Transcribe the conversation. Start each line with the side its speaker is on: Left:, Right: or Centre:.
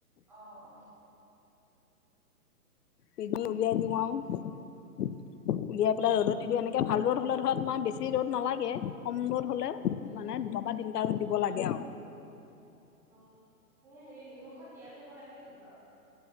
Centre: অ', অ'।
Left: পিনি উলিয়াই দিওঁ আৰু উলিয়াই
Centre: উম,
Left: পেলাই ৰ'দত কিন্তু এনেকৈ ভাল ৰ'দ হ'লে ধৰা তোমাৰ বেছি ৰ'দ নালাগে, কম ৰ'দ হ'লে
Centre: উম,
Left: মানে দুটা বা তিনটা ৰ'দ
Centre: উম,
Left: দিব লাগে আৰু।।
Centre: অ', মানে হেৰি নিমখত তিয়াই থ'ব লাগে নেকি বাৰু?